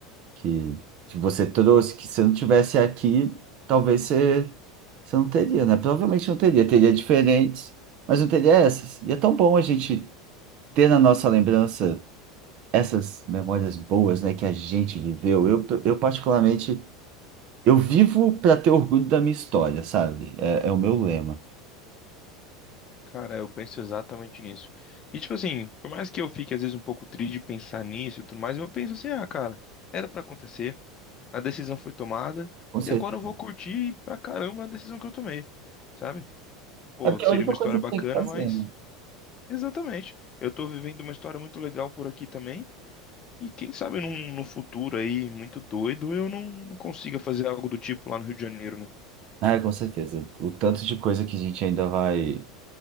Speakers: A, on the right; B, on the left.
A: que, que você trouxe, que se eu não tivesse aqui, talvez você, você não teria, né? Provavelmente não teria, teria diferentes, mas não teria essas. E é tão bom a gente ter na nossa lembrança essas memórias boas, né, que a gente viveu. Eu, eu particularmente, eu vivo para ter orgulho da minha história, sabe? É, é o meu lema.
B: Cara, eu penso exatamente nisso. E tipo assim, por mais que eu fique às vezes um pouco triste de pensar nisso e tudo mais, eu penso assim, ah, cara, era pra acontecer, a decisão foi tomada
A: Com certeza.
B: e agora eu vou curtir pra caramba a decisão que eu tomei, sabe? Pô,
A: É porque
B: seria
A: é a única
B: uma história
A: coisa
B: bacana,
A: que tem que fazer,
B: mas
A: né?
B: Exatamente. Eu tô vivendo uma história muito legal por aqui também. E quem sabe num, no futuro aí, muito doido, eu não, não consiga fazer algo do tipo lá no Rio de Janeiro, né?
A: Ah, com certeza. O tanto de coisa que a gente ainda vai